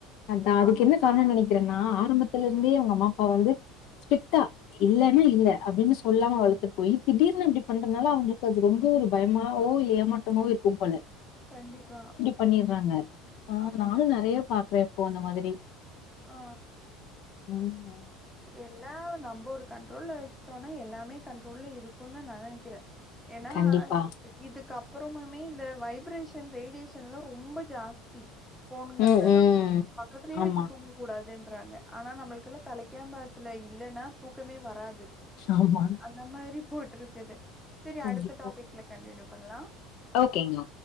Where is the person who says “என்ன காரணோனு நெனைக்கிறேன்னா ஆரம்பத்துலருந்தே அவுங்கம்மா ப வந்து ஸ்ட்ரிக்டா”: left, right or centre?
Left